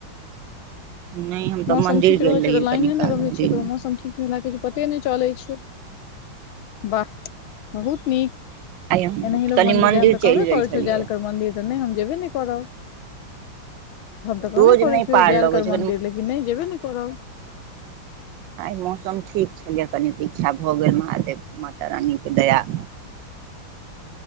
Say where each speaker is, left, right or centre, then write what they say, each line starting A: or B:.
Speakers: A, on the right; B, on the left.
A: नहि हम तऽ
B: मौसम
A: मन्दिर
B: ठीक
A: गेल
B: रहे
A: रहियै
B: छै तऽ लाइने
A: कनि
B: नहि
A: काल
B: रहै छै
A: दिनमे
B: तऽ ओ मौसम ठीक हमरा किछु पते नहि चलै छै, वाह। बहुत नीक,
A: आइ हम
B: एनाही लोग
A: कनि
B: मंदिर
A: मन्दिर
B: जाय, हम तऽ
A: चलि
B: कहबे करे
A: गेल छलियै
B: छो जाल कर मंदिर। त नहि हम जेबे नहि करब, हम तऽ
A: रोज
B: कहबे करै
A: नहि
B: छीिय
A: पार
B: की जाल
A: लगै
B: कर
A: छै
B: मन दिर, लेकिन नहि जेबै ने करब।
A: आज मौसम ठीक छलैए कनि तऽ इच्छा भऽ गेल महादेव, माता रानी के दया